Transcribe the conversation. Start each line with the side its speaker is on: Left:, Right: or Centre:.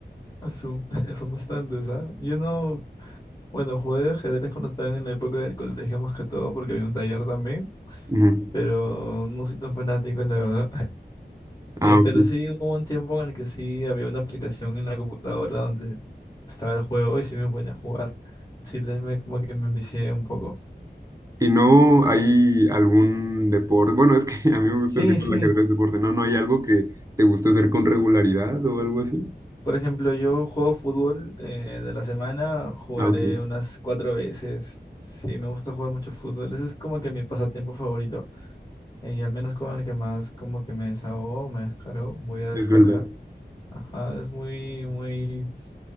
Left: eso, <laughs> son bastantes, ¿ah? Yo no, bueno, jugué ajedrez cuando estaba en la época del colegio más que todo porque había un taller también,
Right: Ujú.
Left: pero no soy tan fanático, la verdad.
Right: Ah,
Left: Eh,
Right: ok.
Left: pero sí hubo un tiempo en el que sí había una aplicación en la computadora donde estaba el juego y sí me ponía a jugar. Sí, le, me, como que me envicié un poco.
Right: ¿Y no hay algún deporte? Bueno, es que <laughs> a mí me gusta
Left: Sí,
Right: decir
Left: sí.
Right: el ajedrez deporte, ¿no? ¿No hay algo que te gusta hacer con regularidad o algo así?
Left: Por ejemplo, yo juego fútbol eh, de la semana, jugaré
Right: Ah, ok,
Left: unas cuatro veces. Sí, me gusta jugar mucho fútbol. Ese es como que mi pasatiempo favorito. Eh, y al menos con el que más como que me desahogo, me descargo, voy a
Right: es
Left: descargar.
Right: verdad.
Left: Ajá, es muy, muy...